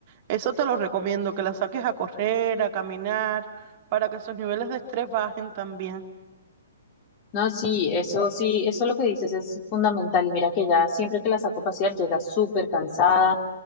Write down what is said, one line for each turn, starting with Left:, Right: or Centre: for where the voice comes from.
Right: eso te lo recomiendo, que la saques a correr, a caminar, para que esos niveles de estrés bajen también.
Left: No, sí, eso sí, eso lo que dices es fundamental y mira que ya siempre que la saco a pasear llega súper cansada,